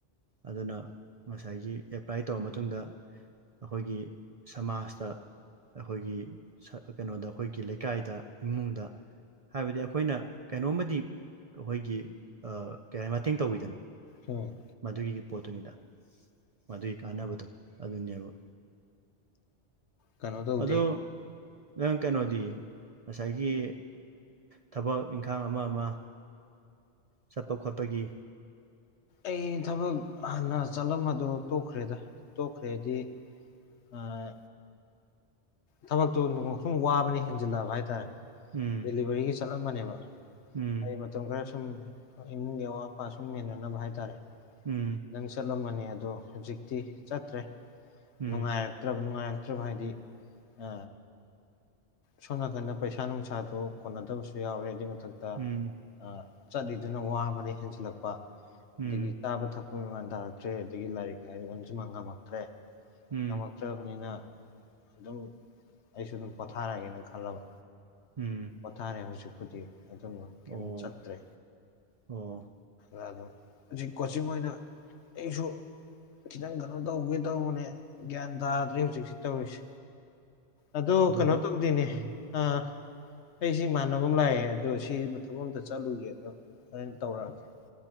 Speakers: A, on the right; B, on the left.
A: ꯑꯗꯨꯅ ꯉꯁꯥꯏꯒꯤ ꯑꯦꯄ꯭ꯂꯥꯏ ꯇꯧꯔ ꯃꯇꯨꯡꯗ ꯑꯩꯈꯣꯏꯒꯤ ꯁꯃꯥꯖꯇ ꯑꯈꯣꯏꯒꯤ ꯀꯩꯅꯣꯗ ꯑꯩꯈꯣꯏꯒꯤ ꯂꯩꯀꯥꯏꯗ ꯏꯃꯨꯡꯗ ꯍꯥꯏꯕꯗꯤ ꯑꯩꯈꯣꯏꯅ ꯀꯩꯅꯣꯝꯃꯗꯤ ꯑꯩꯈꯣꯏꯒꯤ ꯑꯥ ꯀꯩ ꯍꯥꯏ ꯃꯇꯦꯡ ꯇꯧꯕꯤꯗꯅ
B: ꯎꯝ
A: ꯃꯗꯨꯒꯤ ꯄꯣꯠꯇꯨꯅꯤꯗ ꯃꯗꯨꯒꯤ ꯀꯥꯟꯅꯕꯗꯣ ꯑꯗꯨꯅꯦꯕ
B: ꯀꯩꯅꯣ ꯇꯧꯗꯦ
A: ꯑꯗꯣ ꯅꯪ ꯀꯩꯅꯣꯗꯤ ꯉꯁꯥꯏꯒꯤ ꯊꯕꯛ ꯏꯪꯈꯥꯡ ꯑꯃ ꯑꯃ ꯆꯠꯄ ꯈꯣꯠꯄꯒꯤ
B: ꯑꯩ ꯊꯕꯛ ꯍꯥꯟꯅ ꯆꯠꯂꯝꯕꯗꯣ ꯇꯣꯛꯈ꯭ꯔꯦꯗ ꯇꯣꯛꯈ꯭ꯔꯦꯗꯤ ꯑꯥ ꯊꯕꯛꯇꯨ ꯅꯣꯡꯃꯁꯨꯝ ꯋꯥꯕꯅ ꯍꯦꯟꯖꯤꯜꯂꯛꯑꯕ ꯍꯥꯏꯇꯥꯔꯦ
A: ꯎꯝ
B: ꯗꯦꯂꯤꯚꯔꯤꯒꯤ ꯆꯠꯂꯝꯃꯅꯦꯕ
A: ꯎꯝ
B: ꯑꯩ ꯃꯇꯝ ꯈꯔ ꯁꯨꯝ ꯏꯃꯨꯡꯒꯤ ꯑꯋꯥꯠ ꯑꯄꯥ ꯁꯨꯝ ꯃꯦꯟꯅꯅꯕ ꯍꯥꯏꯇꯥꯔꯦ
A: ꯎꯝ
B: ꯈꯤꯇꯪ ꯆꯠꯂꯝꯕꯅꯦ ꯑꯗꯣ ꯍꯧꯖꯤꯛꯇꯤ ꯆꯠꯇ꯭ꯔꯦ
A: ꯎꯝ
B: ꯅꯨꯡꯉꯥꯏꯔꯛꯇ꯭ꯔꯕ ꯅꯨꯡꯉꯥꯏꯔꯛꯇ꯭ꯔꯕ ꯍꯥꯏꯗꯤ ꯑ ꯁꯣꯝ ꯅꯥꯀꯟꯗ ꯄꯩꯁꯥ ꯅꯨꯡꯁꯥꯗꯣ ꯀꯣꯟꯅꯗꯕꯁꯨ ꯌꯥꯎꯔꯦ ꯑꯗꯨꯏ ꯃꯊꯛꯇ
A: ꯎꯝ
B: ꯑ ꯆꯠꯂꯤꯗꯨꯅ ꯋꯥꯕꯅ ꯍꯦꯟꯖꯤꯜꯂꯛꯄ
A: ꯎꯝ
B: ꯑꯗꯒꯤ ꯆꯥꯕ ꯊꯛꯄ ꯃꯦꯟꯃꯥꯟ ꯇꯥꯔꯛꯇ꯭ꯔꯦ ꯑꯗꯒꯤ ꯂꯥꯏꯔꯤꯛ ꯍꯥꯏꯔꯦ ꯑꯣꯟꯖꯤꯟꯕ ꯉꯝꯃꯛꯇ꯭ꯔꯦ
A: ꯎꯝ
B: ꯉꯝꯃꯛꯇ꯭ꯔꯕꯅꯤꯅ ꯑꯗꯨꯝ ꯑꯩꯁꯨ ꯑꯗꯨꯝ ꯄꯣꯊꯥꯔꯒꯦꯅ ꯈꯜꯂꯕ
A: ꯎꯝ
B: ꯄꯣꯊꯥꯔꯦ ꯍꯧꯖꯤꯛꯄꯨꯗꯤ ꯑꯗꯨꯝꯕ ꯀꯌꯤꯝ
A: ꯑꯣ
B: ꯆꯠꯇ꯭ꯔꯦ
A: ꯑꯣ
B: ꯑ ꯑꯗꯨꯝ ꯍꯧꯖꯤꯛ ꯀꯣꯆꯤꯡ ꯑꯣꯏꯅ ꯑꯩꯁꯨ ꯈꯤꯇꯪ ꯀꯩꯅꯣ ꯇꯧꯒꯦ ꯇꯧꯕꯅꯦ ꯒ꯭ꯌꯥꯟ ꯇꯥꯗ꯭ꯔꯦ ꯍꯧꯖꯤꯛꯁꯤ ꯇꯧꯔꯤꯁꯦ ꯑꯗꯨ ꯀꯩꯅꯣ
A: ꯍꯣꯏ
B: ꯇꯧꯗꯦꯅꯦ
A: ꯎꯝ
B: ꯑꯥ ꯑꯩꯁꯤ ꯏꯃꯥꯟꯅꯕ ꯑꯃ ꯂꯥꯛꯑꯦ ꯑꯗꯣ ꯁꯤ ꯊꯕꯛ ꯑꯃꯇ ꯆꯠꯂꯨꯒꯦ ꯑꯗꯣ ꯍꯣꯔꯦꯟ ꯇꯧꯔꯛꯑꯒꯦ